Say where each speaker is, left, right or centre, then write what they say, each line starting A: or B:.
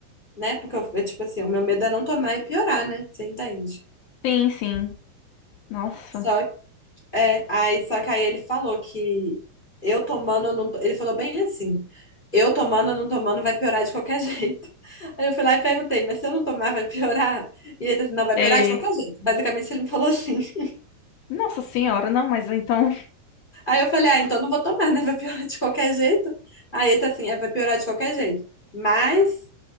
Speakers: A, on the left (about 15°); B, on the left (about 70°).
A: Né? Porque eu, eu, tipo assim, o meu medo é não tomar e piorar, né? Você entende?
B: Sim, sim. Nossa.
A: Só É, aí só que aí ele falou que eu tomando, não, to- ele falou bem assim, eu tomando, não tomando, vai piorar de qualquer <laughs> jeito. Aí eu fui lá e perguntei, mas se eu não tomar, vai piorar? E ele disse, não, vai
B: É.
A: piorar de qualquer jeito. Basicamente ele me falou assim. <laughs>
B: Nossa senhora, não, mas então. <laughs>
A: Aí eu falei, ah, então não vou tomar, né? Vai piorar de qualquer jeito. Aí ele tá assim, é, vai piorar de qualquer jeito. Mas